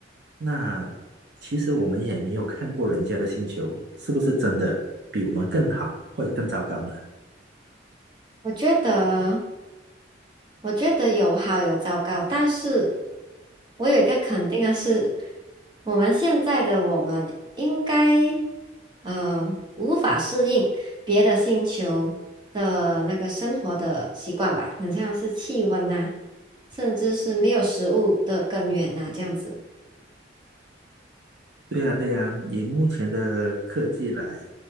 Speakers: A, on the right; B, on the right.
A: 那其实我们也没有看过人家的星球是不是真的比我们更好或者更糟糕呢？
B: 我觉得，我觉得有好有糟糕，但是我有一个肯定的是，我们现在的我们应该，呃，无法适应别的星球的那个生活的习惯吧，很像是气温呐、甚至是没有食物的根源呐、这样子。
A: 对呀，对呀，以目前的科技来